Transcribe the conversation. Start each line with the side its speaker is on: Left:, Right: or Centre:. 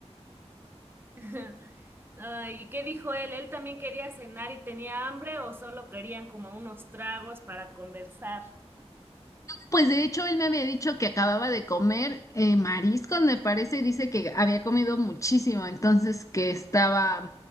Right: <laughs> Ay, ¿y qué dijo él? ¿Él también quería cenar y tenía hambre o solo querían como unos tragos para conversar?
Left: Pues de hecho, él me había dicho que acababa de comer eh, mariscos, me parece, dice que había comido muchísimo, entonces que estaba